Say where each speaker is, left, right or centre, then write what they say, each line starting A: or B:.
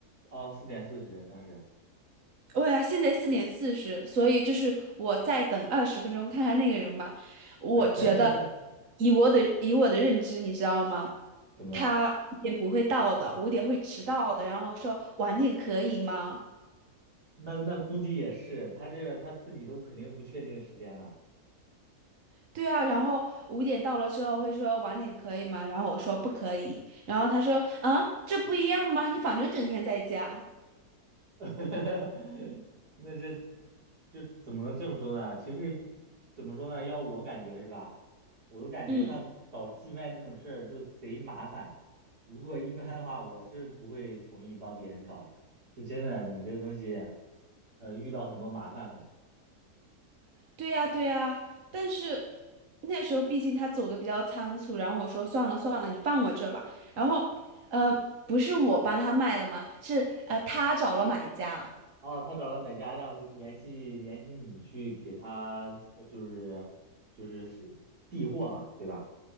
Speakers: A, on the right (about 80°); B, on the right (about 55°).
A: 哦，四点四十当时，
B: 对呀，现在四点四十，所以就是我再等二十分钟看看那个人吧。我觉得
A: <laughs>
B: 以我的以我的认知，你知道吗？
A: 怎么啦？
B: 他五点不会到的，五点会迟到的，然后说晚点可以吗？
A: 那那估计也是，他这他自己都肯定不确定时间的，
B: 对啊，然后五点到了之后会说晚点可以吗？然后我说不可以，然后他说啊，这不一样吗？你反正整天在家。
A: <laughs> 那这这怎么能这么说呢？其实怎么说呢？要我感觉是吧？我的感觉像搞寄卖这种事儿就贼麻烦。
B: 嗯，
A: 如果一般的话，我是不会同意帮别人搞的。这真的，你这东西，呃，遇到很多麻烦会。
B: 对呀，对呀，但是那时候毕竟他走的比较仓促，然后我说算了算了，你放我这吧。然后呃，不是我帮他卖的嘛，是呃他找了买家。
A: 哦，他找了买家，让联系联系你去给他，呃就是就是是递货嘛，对吧？